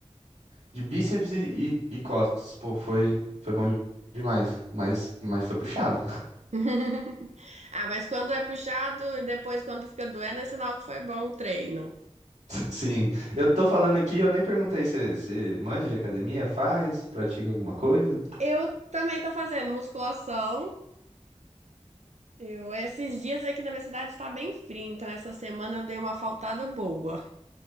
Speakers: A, on the right; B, on the right.
A: de bíceps e, e, e costas. Pô, foi, foi bom demais, mas, mas foi puxado.
B: <laughs> Ah, mas quando é puxado e depois quando fica doendo, é sinal que foi bom o treino.
A: <laughs> Sim, eu tô falando aqui, eu nem perguntei se você manja de academia, faz, pratica alguma coisa.
B: Eu também tô fazendo musculação. Eu, esses dias aqui na minha cidade tá bem frio, então essa semana eu dei uma faltada boa.